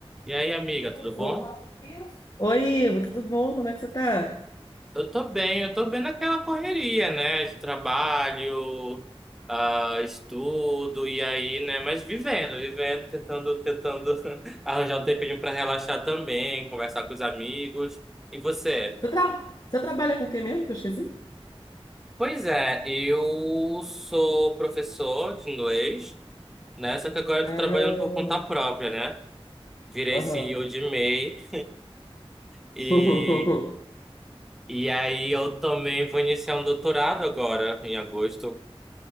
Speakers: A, in the centre; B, on the left.
A: E aí, amiga, tudo bom?
B: O- Oi, Ivo, tudo bom? Como é que você tá?
A: Eu tô bem, eu tô bem naquela correria, né? De trabalho, ah, estudo, e aí, né? Mas vivendo, vivendo, tentando, tentando <laughs> arranjar um tempinho pra relaxar também, conversar com os amigos. E você?
B: Você, tra- você trabalha com o que mesmo? Que eu esqueci?
A: Pois é, eu sou professor de inglês, né? Só que agora eu
B: Ah,
A: tô trabalhando por conta própria, né? Virei
B: aham.
A: CEO de MEI e,
B: <laughs>
A: e aí eu também vou iniciar um doutorado agora, em agosto.